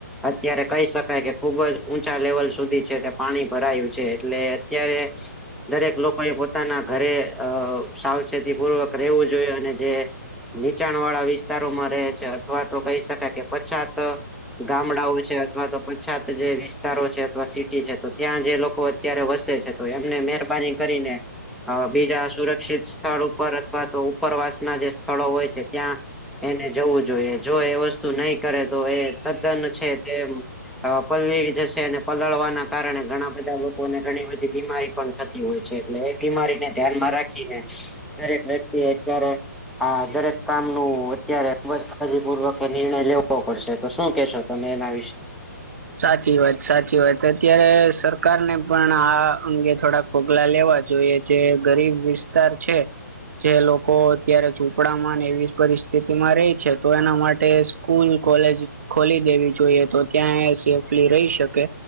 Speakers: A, in the centre; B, on the right.
A: અત્યારે કહી શકાય કે ખુબ જ ઊંચા લેવલ સુધી છે તે પાણી ભરાયું છે એટલે અત્યારે દરેક લોકો એ પોતાના ઘરે અ સાવચેતી પૂર્વક રહેવું જોઈએ અને જે નીચાણ વાળા વિસ્તારોમાં રહે છે અથવા તો કહી શકાય કે પછાત ગામડાઓ છે અથવા તો પછાત જે વિસ્તારો છે અથવા સિટી છે તો ત્યાં જે લોકો અત્યારે વસે છે તો એમને મહેરબાની કરીને બીજા સુરક્ષિત સ્થળ ઉપર અથવા તો ઉપરવાસ ના જે સ્થળો હોય છે ત્યાં એને જવું જોઈએ જો એ વસ્તુ નહી કરે તો એ તદ્દન છે તે અ પલળી જશે અને પલળવાના કારણે ઘણા બધા લોકોને ઘણી બધી બીમારી પણ થતી હોય છે એટલે એ બીમારીને ધ્યાનમાં રાખીને દરેક વ્યક્તિ અત્યારે આ દરેક કામ નું અત્યારે ખૂબ જ કાળજીપૂર્વક નિર્ણય લેવો પડશે તો શું કેશો અને એના વિશે
B: સાચી વાત સાચી વાત અત્યારે સરકારને પણ આ અંગે થોડાક પગલા લેવા જોઈએ જે ગરીબ વિસ્તાર છે જે લોકો અત્યારે ઝૂપડામાં એવી પરિસ્થિતિ માં રહી છે તો એના માટે સ્કૂલ કોલેજ ખોલી દેવી જોઈએ તો ત્યાં સેફલી રહી શકે